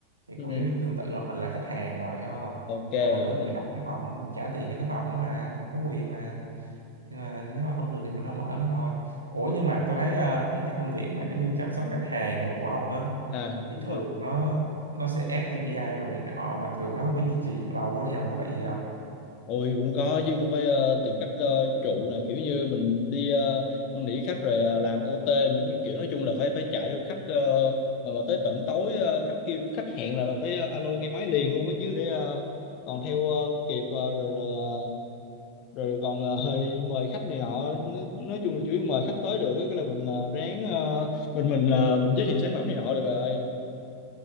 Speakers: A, on the right; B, on the left.
A: thì
B: ừ,
A: cũng giống như tương tự là mình là khách hàng rồi hiểu không
B: ok
A: là mình
B: hiểu
A: là
B: nè
A: người đặt cái phòng đó mình trả tiền cho cái phòng đó mà mình có quyền mà nhưng mà nếu mà không được thì mình không ở nữa thôi ủa nhưng mà tôi thấy ờ, những cái công việc mà giống như chăm sóc
B: Ừ.
A: khách hàng đồ của ông á
B: à
A: thì
B: đúng
A: thường
B: rồi
A: nó nó sẽ ép ca pê i đồ này nọ và thường nó không có duy trì được lâu quá thì ông có bị gì không
B: Ôi cũng có chứ cũng phải ờ, tìm cách ờ, trụ là kiểu như mình đi ờ, năn nỉ khách rồi ờ, làm OT luôn cái kiểu nói chung là phải phải chạy theo khách ờ, mà mà tới tận tối ờ, khách kêu khách hẹn là, là phải ờ, alo nghe máy liền luôn á chứ để ờ, còn theo ờ, kịp ờ, rồi rồi ờ, rồi còn ờ, <laughs> hơi mời khách này nọ nói, nói chung là chủ yếu mời khách tới được á, cái là mình ờ, ráng ờ, mình mình ờ, mình giới thiệu sản phẩm này nọ được rồi